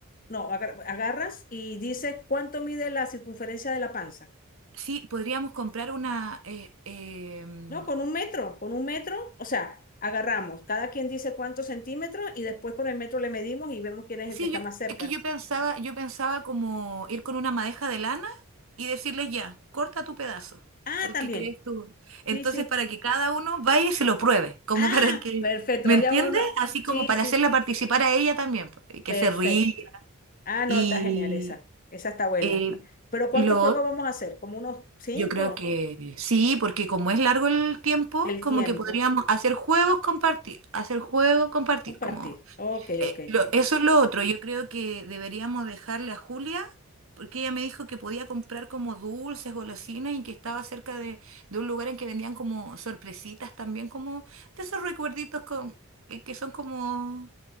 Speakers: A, on the left; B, on the right.
A: no, agar- agarras y dices cuánto mide la circunferencia de la panza,
B: Sí, podríamos comprar una, eh, em,
A: ¿no? Con un metro, con un metro, o sea, agarramos, cada quien dice cuántos centímetros y después con el metro le medimos y vemos quién es
B: Sí,
A: el que está
B: yo,
A: más cerca.
B: es que yo pensaba, yo pensaba como ir con una madeja de lana y decirles ya, corta tu pedazo,
A: Ah,
B: el
A: también,
B: que crees tú. Entonces,
A: sí, sí.
B: para que cada uno vaya y se lo pruebe, como
A: Ah,
B: para que,
A: perfecto,
B: ¿me
A: vaya
B: entiendes?
A: uno.
B: Así como
A: Sí,
B: para
A: sí,
B: hacerla participar a ella también, po, y que
A: perfecto.
B: se ríe.
A: Ah, no,
B: Y
A: está genial esa, esa está bueno.
B: eh,
A: Pero ¿cuántos
B: lo,
A: juegos vamos a hacer? ¿Como unos cinco?
B: yo creo que sí, porque como es largo el tiempo,
A: El
B: como
A: tiempo.
B: que podríamos hacer juegos, compartir, hacer juegos, compartir,
A: Compartir.
B: como
A: Ok,
B: eh,
A: ok.
B: lo- eso es lo otro. Yo creo que deberíamos dejarle a Julia, porque ella me dijo que podía comprar como dulces, golosinas y que estaba cerca de, de un lugar en que vendían como sorpresitas también, como de esos recuerditos con, que, que son como,